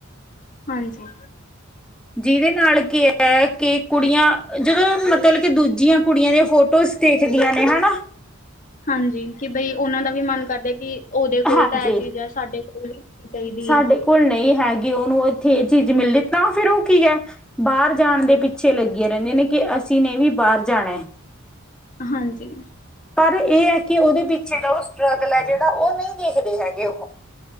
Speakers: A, on the left (about 40°); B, in the centre.
A: ਹਾਂਜੀ।
B: ਜਿਦੇ ਨਾਲ਼ ਕੀ ਐ ਕੇ ਕੁੜੀਆਂ, ਜਦੋ ਮਤਲ ਕੇ ਦੂਜੀਆ ਕੁੜੀਆਂ ਦੀਆਂ ਫੋਟੋ ਟੋਸ ਦੇਖਦੀਆਂ ਨੇ ਹਣਾ
A: ਹਾਂਜੀ, ਕਿ ਬਈ ਓਨਾਂ ਦਾ ਵੀ ਮਨ ਕਰਦੇ ਕਿ ਓਦੇ ਕੋਲ
B: ਹਾਂਜੀ
A: ਤਾਂ ਐ ਚੀਜ਼ ਐ ਸਾਡੇ ਕੋਲ ਵੀ ਚਾਹੀਦੀ
B: ਸਾਡੇ
A: ਹੈ
B: ਕੋਲ ਨਈ ਹੈਗੀ, ਓਨੂੰ ਏਥੇ ਏ ਚੀਜ ਮਿਲਦੀ ਤਾਂ ਫਿਰ ਓ ਕੀ ਐ ਬਾਰ ਜਾਣ ਦੇ ਪਿੱਛੇ ਲੱਗੀਆਂ ਰੈਂਦੀਆਂ ਨੇ ਕਿ ਅਸੀਂ ਨੇ ਵੀ ਬਾਰ ਜਾਣਾ ਏ।
A: ਹਾਂਜੀ।
B: ਪਰ ਏ ਐ ਕਿ ਓਦੇ ਪਿੱਛੇ ਦਾ ਓ ਸਟਰ੍ਰਗਲ ਐ ਜੇੜਾ ਓ ਨਈ ਦੇਖਦੇ ਹੈਗੇ ਓਹ।